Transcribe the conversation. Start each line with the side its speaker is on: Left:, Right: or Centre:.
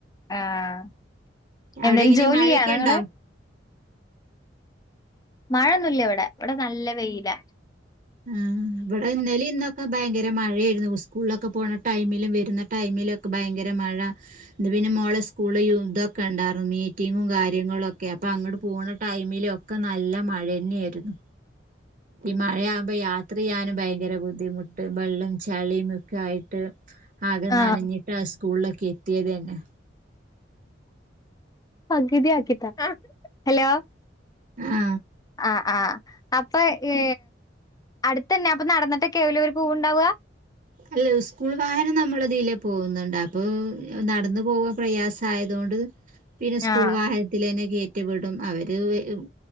Left: ആഹ് എന്തേലും
Right: അവിടെ എങ്ങനെ
Left: ജോലിയ്യാണോ
Right: മഴയൊക്കെ
Left: ഇങ്ങള്
Right: ഉണ്ടോ
Left: മഴയൊന്നുല്ലവടെ ഇവടെ നല്ല വെയില
Right: ആഹ് ഇവടെ ഇന്നലീം ഇന്നൊക്കെ ഭയങ്കര മഴയേര്ന്നു സ്കൂൾളൊക്കെ പോണ ടൈമിലും വര്ന്ന ടൈമിലൊക്കെ ഭയങ്കര മഴ ഇന്ന് പിന്നെ മോളെ സ്കൂള് ഇതൊക്കെ ഇണ്ടാർന്നു. മീറ്റിങ്ങും കാര്യങ്ങളൊക്കെ അപ്പൊ അങ്ങട്ട് പോണ ടൈമിലൊ <unintelligible> ഒക്കെ നല്ല മഴന്യാരുന്നു ഈ മഴയാവുമ്പോ യാത്രയ്യാനും ഭയങ്കര ബുദ്ധിമുട്ട് വെള്ളം ചളിയും ഒക്കെ ആയിട്ട് ആകെ
Left: ആഹ്
Right: നാനഞ്ഞിട്ടാ സ്കൂളിലൊക്കെ എത്തിയത് തന്നെ
Left: പകുതി ആക്കിട്ടോ ആ ഹലോ
Right: ആ
Left: അ ആ അപ്പൊ ഏ അടുത്തന്നെ അപ്പൊ നടന്നിട്ടെക്കാവല്ലേ ഓര് പോവണ്ടാവാ
Right: അല്ലയ് ഉസ്കൂൾ വാഹനം നമ്മളതീലെ പോവുന്നുണ്ട് അപ്പൊ നടന്ന് - നടന്ന് പോവാ പ്രയാസായതോണ്ട് പിന്നെ സ്കൂൾ
Left: ആഹ്
Right: വാഹനത്തിലന്നെ കയറ്റി വിടും അവര് വരും